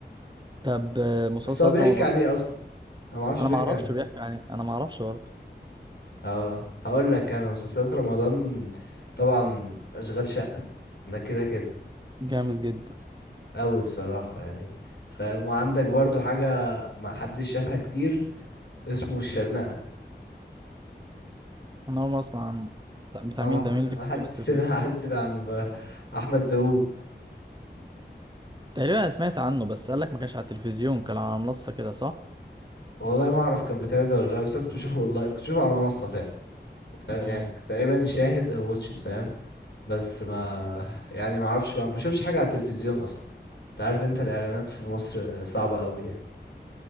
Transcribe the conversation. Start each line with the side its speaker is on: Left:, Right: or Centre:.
Right: طب آه، مسلسلات
Left: بس هو بيحكي
Right: رمضان
Left: عن ايه اصلا انا ما اعرفش
Right: انا
Left: بيحكي
Right: ما اعرفش
Left: عن ايه
Right: بيحكي عن ايه انا ما اعرفش برضه
Left: اه هقول لك انا مسلسلات رمضان طبعا اشغال شقة ده كده كده
Right: جامد جدا
Left: قوي بصراحة يعني فاهم وعندك برضو حاجة ما حدش شافها كتير اسمه الشرنقة
Right: انا اول مرة اسمع عنه طب بتاع
Left: ما
Right: مين ده مين اللي
Left: حد
Right: بيمثل
Left: سمع
Right: فيه
Left: حد سمع عنه بقى. احمد داوود
Right: تقريبا انا سمعت عنه بس قالك ما كانش على التلفزيون كان على منصة كده صح
Left: والله ما اعرف كان بيتعرض ولا لا بس أنا كنت بشوفه والله كنت بشوفه على المنصه فعلا فاهم؟
Right: مم.
Left: يعني كنت تقريبا شاهد او واتشت فاهم بس ما يعني ما اعرفش بقى ما بشوفش حاجه على التلفزيون اصلا انت عارف انت الاعلانات في مصر صعبه قوي يعني